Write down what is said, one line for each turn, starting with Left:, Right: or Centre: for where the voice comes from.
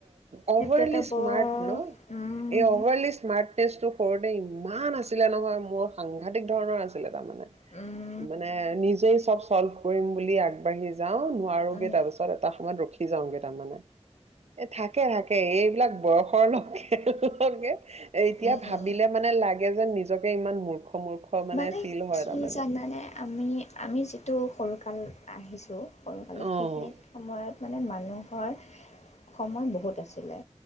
Right: অভাৰলি
Left: সেইটো এটা বৰ
Right: স্মাৰ্ট ন,
Left: উম
Right: এই অভাৰলি স্মাৰ্ট টেটো সৰুতে ইমান আছিলে নহয় মোৰ সাংঘাতিক ধৰণৰ আছিলে তাৰমানে।
Left: উম।
Right: মানে নিজেই চব চল্ভ কৰিম বুলি আগবাঢ়ি যাও নোৱাৰোগে
Left: উম
Right: তাৰপিছত এটা সময়ত ৰখি যাওঁগে তাৰমানমানে। এই থাকে থাকে এইবিলাক বয়সৰ ন <unintelligible> এতিয়া
Left: উম
Right: ভাবিলে
Left: উম
Right: মানে লাগে যে নিজকে ইমান মূৰ্খ। মূৰ্খ
Left: মানে
Right: ফিল হয়
Left: কি
Right: তাৰমানে
Left: জানানে? আমি, আমি যিটো সৰুকাল আহিছোঁ সৰুকালত,
Right: অ'
Left: সেইখিনি সময়ত মানে মানুহ হয় সময় বহুত আছিলে